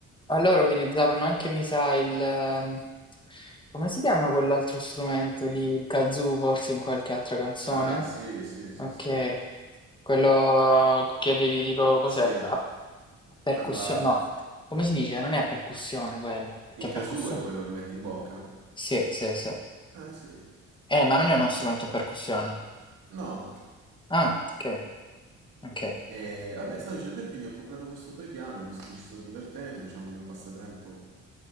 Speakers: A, on the left (about 15°); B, on the right (about 80°).
A: allora utilizzavano anche, mi sa, il... ehm, come si chiama quell'altro strumento lì? Il kazoo, forse in qualche altra canzone?
B: Ah, sì, sì, sì,
A: Ok.
B: sì.
A: Quello che avevi tipo, cos'è?
B: Sì,
A: A, a percussione?
B: parlare.
A: No. Come si dice? Non è a percussione quella. Perché
B: Il
A: è
B: casù
A: percussione?
B: è quello che metti in bocca?
A: Sì, sì, sì.
B: Eh sì.
A: Eh, ma non è uno strumento a percussione.
B: No.
A: Ah, ok, ok.
B: E vabbè, stavo dicendo e quindi ho comprato questo toy piano, mi sto- ci sto divertendo, diciamo, il mio passatempo